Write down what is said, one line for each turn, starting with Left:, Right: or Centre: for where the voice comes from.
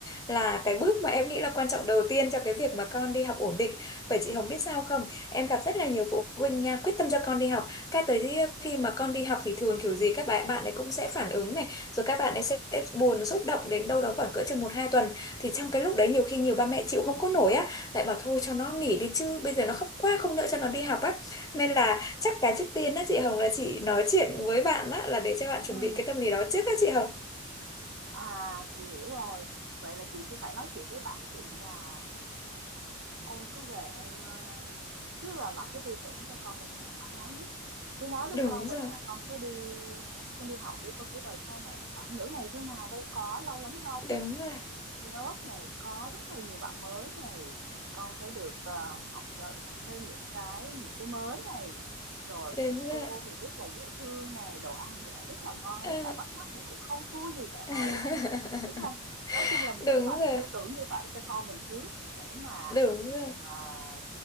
Left: là cái bước mà em nghĩ là quan trọng đầu tiên cho cái việc mà con đi học ổn định. Bởi chị Hồng biết sao không? Em gặp rất là nhiều phụ huynh nha, quyết tâm cho con đi học. Cái tới khi khi mà con đi học thì thường kiểu gì các bạn bạn ấy cũng sẽ phản ứng này, rồi các bạn ấy sẽ buồn xúc động đến đâu đó khoảng cỡ chừng một hai tuần. Thì trong cái lúc đấy nhiều khi nhiều ba mẹ chịu không có nổi á, lại bảo thôi cho nó nghỉ đi chứ, bây giờ nó khóc quá không nữa cho nó đi học á. Nên là chắc cái trước tiên á chị Hồng là chị nói chuyện với bạn á là để cho bạn
Right: ừ
Left: chuẩn bị cái tâm lý đó trước á chị Hồng.
Right: À chị hiểu rồi. Vậy là chị sẽ phải nói chuyện với bạn chị là em cứ về em ờ, tức là làm cái tư tưởng cho con mình cách thoải mái nhất. Cứ nói với
Left: Đúng
Right: con mình
Left: rồi,
Right: là con cứ đi con đi học đi, con chỉ rời xa mẹ khoảng nửa ngày thôi mà đâu có lâu lắm đâu.
Left: đúng rồi.
Right: Lớp này có rất là nhiều bạn mới này, con sẽ được, ờ, học, ờ, học thêm những cái những cái mới này. Rồi
Left: Đúng
Right: cô
Left: rồi.
Right: thì rất là dễ thương này, đồ ăn thì lại rất là ngon,
Left: Ờ.
Right: rất là bắt mắt này, cũng không thua gì mẹ
Left: <laughs>
Right: nấu đâu này, đúng không? Nói chung là mình
Left: đúng
Right: phải làm
Left: rồi
Right: cái tư tưởng như vậy cho con mình trước để mà,
Left: đúng rồi
Right: ờ,